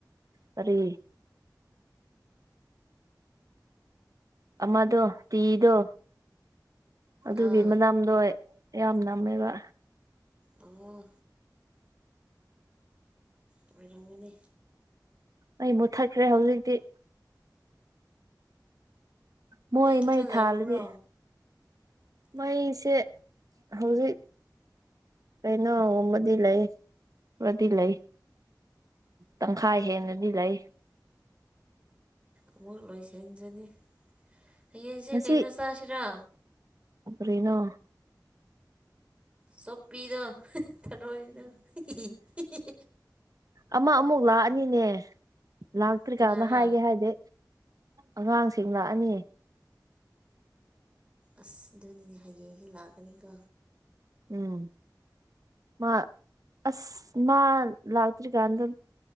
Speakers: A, on the right; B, on the right.
A: ꯀꯔꯤ ꯑꯃꯗꯣ ꯇꯤꯗꯣ ꯑꯗꯨꯒꯤ
B: ꯑꯥ
A: ꯃꯅꯝꯗꯣ ꯌꯥꯝ ꯅꯝꯃꯦꯕ
B: ꯑꯣ ꯑꯣꯏꯔꯝꯒꯅꯤ
A: ꯑꯩ ꯃꯨꯠꯊꯠꯈ꯭ꯔꯦ ꯍꯧꯖꯤꯛꯇꯤ ꯃꯣꯏ
B: ꯈꯔ
A: ꯃꯩ
B: ꯂꯩꯔꯕ꯭ꯔꯣ
A: ꯊꯥꯜꯂꯗꯤ ꯃꯩꯁꯦ ꯍꯧꯖꯤꯛ ꯀꯩꯅꯣꯃꯗꯤ ꯂꯩ ꯃꯗꯤ ꯂꯩꯌꯦ ꯇꯪꯈꯥꯏ ꯍꯦꯟꯅꯗꯤ ꯂꯩ
B: ꯑꯃꯨꯛ ꯂꯣꯏꯁꯟꯖꯅꯤ ꯍꯌꯦꯡꯁꯦ
A: ꯉꯁꯤ
B: ꯀꯩꯅꯣ ꯆꯥꯁꯤꯔ
A: ꯀꯔꯤꯅꯣ
B: ꯆꯨꯞꯄꯤꯗꯣ ꯊꯔꯣꯏꯗꯣ ꯍꯤ ꯍꯤꯍꯤ
A: ꯑꯃ ꯑꯃꯨꯛ ꯂꯥꯛꯑꯅꯤꯅꯦ ꯂꯥꯛꯇ꯭ꯔꯤꯀꯥꯟꯅ
B: ꯀꯅꯥꯔꯥ
A: ꯍꯥꯏꯒꯦ ꯍꯥꯏꯗꯤ ꯑꯉꯥꯡꯁꯤꯡ ꯂꯥꯛꯑꯅꯤ
B: ꯑꯁ ꯑꯗꯨꯅꯤꯅꯦ ꯍꯌꯦꯡꯗꯤ ꯂꯥꯛꯀꯅꯤꯀꯣ
A: ꯎꯝ ꯃꯥ ꯑꯁ ꯃꯥ ꯂꯥꯛꯇ꯭ꯔꯤꯀꯥꯟꯗ